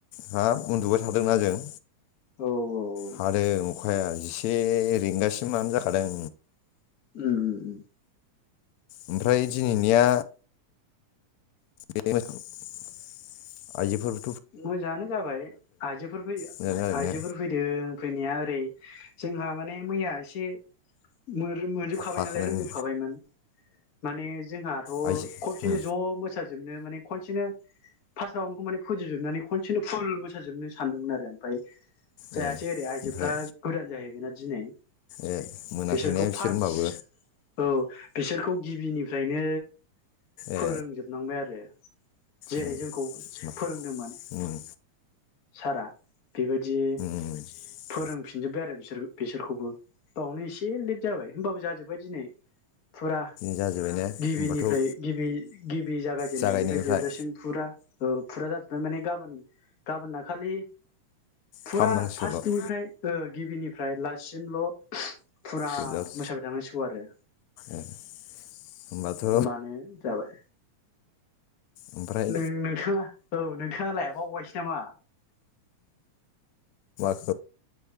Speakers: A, on the left; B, on the left.
A: हाब उन्दुबाय थादोंना जों
B: उम
A: हादों अखाया जिसे रिंगासिमानो जाखादों
B: उम उम
A: ओमफ्राय दिनैनिया <inaudible> आइजोफोर
B: मोजाङानो जाबाय आइजोफोर फै
A: मोजां जादों
B: आइजोफोर
A: ने
B: फैदों फैनाया ओरै जोंहा माने मैया एसे मोन मोनजोबखाबाय
A: हाखानाय
B: नालाय रोंजोबखाबायमोन
A: औ
B: माने जोंहाथ
A: आइजो
B: खनसेनो ज मोसाजोबनो माने खनसेनो फासाव आंखौ माने फोजोबजोबनानै खनसेनो फुल मोसाजोबनो सानदोंमोन आरो ओमफाय जायासै
A: ए
B: ओरै आयजोफ्रा
A: ओमफ्राय
B: गोदान जाहैबाय ना दिनै
A: ए मोनाखैने
B: बिसोरखौ
A: बिसोर
B: फास
A: होनबाबो
B: औ बिसोरखौ गिबिनिफ्रायनो फोरोंजोबनांबाय
A: ए
B: आरो जेरै
A: उम
B: जोंखौ
A: उम
B: फोरोंदोंमोन
A: उम
B: सारा बेबायदि
A: बिदिनो
B: फोरोंफिनजोब्बाय आरो बिसोर-बिसोरखौबो बावनो एसे लेट जाबाय होमबाबो जोंहा जोब्बाय दिनै। फुरा
A: जाजोब्बाय ने
B: गिबिनिफ्राय
A: होमबाथ' उम
B: गिबि गिबि जागायजेननायनिफ्राय
A: जागायनायनिफ्राय
B: जोबजासिम फुरा औ फुरा जाजोब्बाय माने गाबोन गाबोनना खालि फुरा
A: फाहामनांसिगौल'
B: फासनिफ्राय ओ गिबिनिफ्राय लाससिमल'- फुरा
A: जोबजास
B: मोसाबाय थांनांसिगौ आरो
A: ए होमबाथ'
B: होनबानो जाबाय।
A: ओमफ्राय
B: नों नोंथाङा औ नोंथांङालाय बावबायसो नामा?
A: औ।